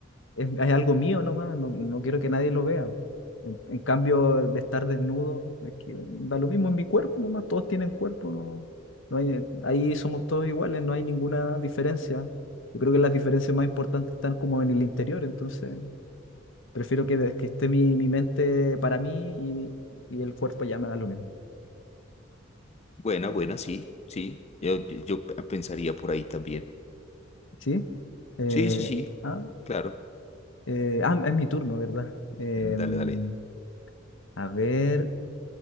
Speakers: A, on the left; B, on the left.
A: es, hay algo mío nomás, no, no quiero que nadie lo vea. En, en cambio, de estar desnudo, es que da lo mismo en mi cuerpo nomás, todos tienen cuerpo, no, no hay- ahí somos todos iguales, no hay ninguna diferencia. Yo creo que las diferencias más importantes están como en el interior, entonces prefiero que, que esté mi, mi mente para mí y, y el cuerpo ya me da lo mismo.
B: Buena, buena, sí, sí. Yo, yo yo pensaría por ahí también.
A: ¿Sí? Eh,
B: Sí, sí, sí.
A: ah,
B: Claro.
A: Eh, ah, es mi turno, ¿verdad? Em,
B: Dale, dale.
A: a ver,